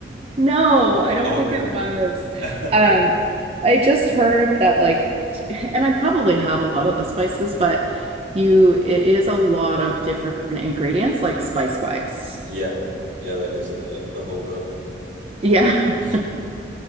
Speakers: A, on the right (about 30°); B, on the right (about 70°).
A: No, I don't
B: Oh,
A: think
B: it really?
A: it was.
B: <laughs>
A: Um, I just heard that like, t- and I probably have a lot of the spices, but you, it is a lot of different ingredients, like spice wise.
B: Yeah. Yeah, that is the the hold up.
A: Yeah.
B: <laughs>
A: <laughs>